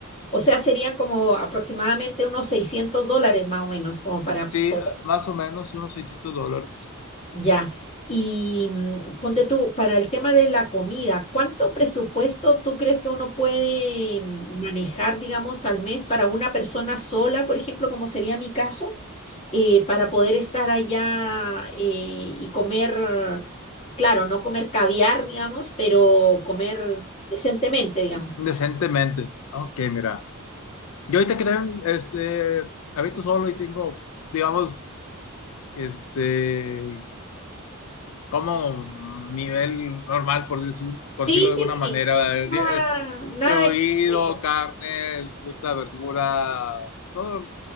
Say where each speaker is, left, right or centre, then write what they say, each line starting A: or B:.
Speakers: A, on the left; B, on the left.
A: O sea, serían como aproximadamente unos 600 dólares más o menos, como para
B: Sí,
A: poder.
B: ah, más o menos unos 600 dólares.
A: Ya. Y mm, ponte tú, para el tema de la comida, ¿cuánto presupuesto tú crees que uno puede mm, manejar, digamos, al mes para una persona sola, por ejemplo, como sería mi caso, eh, para poder estar allá eh, y comer, claro, no comer caviar, digamos, pero comer decentemente, digamos?
B: Decentemente. Ok, mira. Yo ahorita que tengo, este, habito solo y tengo, digamos, este, como un nivel normal, por decir- por
A: Sí,
B: decirlo de
A: sí,
B: alguna manera,
A: sí.
B: eh,
A: Nada,
B: di- eh, distribuido,
A: nada. exótico.
B: carne, fruta, verdura, todo